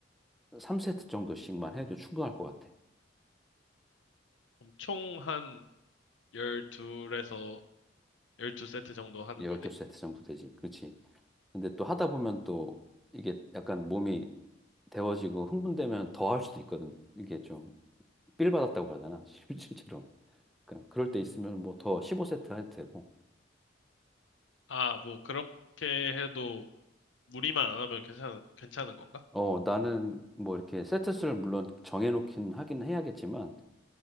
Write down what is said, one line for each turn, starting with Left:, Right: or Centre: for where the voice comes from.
Centre: 3세트 정도씩만 해도 충분할 것 같아.
Left: 그럼 총한 12에서 12세트 정도 하는
Centre: 12세트
Left: 거네?
Centre: 정도 되지. 그렇지. 근데 또 하다 보면 또 이게 약간 몸이 데워지고 흥분되면 더 할 수도 있거든. 이게 좀 삘 받았다고 하잖아. <laughs> 실- 실제로. 그러니까 그럴 때 있으면 뭐 더 15세트 해도 되고.
Left: 아, 뭐 그렇게 해도 무리만 안 하면 괜찮, 괜찮은 건가?
Centre: 어, 나는 뭐 이렇게 세트 수를 물론 정해놓긴 하긴 해야겠지만